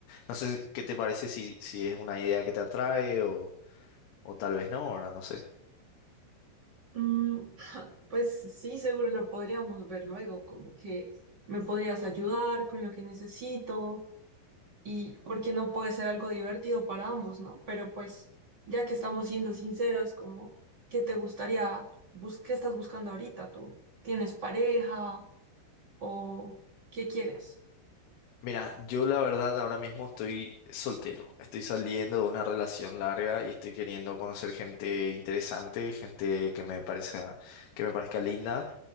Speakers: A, on the left (about 80°); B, on the right (about 55°).
A: No sé qué te parece si, si es una idea que te atrae o, o tal vez no, ahora no sé.
B: Mm, <laughs> pues sí, seguro lo podríamos ver luego, como que me podrías ayudar con lo que necesito y porque no puede ser algo divertido para ambos, ¿no? Pero pues, ya que estamos siendo sinceros, como, ¿qué te gustaría, bus- qué estás buscando ahorita tú? ¿Tienes pareja o qué quieres?
A: Mira, yo la verdad ahora mismo estoy soltero, estoy saliendo de una relación larga y estoy queriendo conocer gente interesante, gente que me parezca, que me parezca linda.